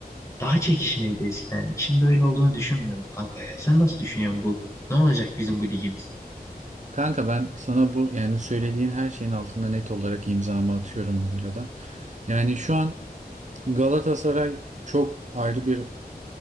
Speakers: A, on the left; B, on the right.
A: Daha çekişmeliydi eskiden. Şimdi öyle olduğunu düşünmüyorum kanka ya. Sen nasıl düşünüyorsun bu? Ne olacak bizim bu ligimiz?
B: Kanka ben sana bu yani söylediğin her şeyin altına net olarak imzamı atıyorum bu arada. Yani şu an Galatasaray çok ayrı bir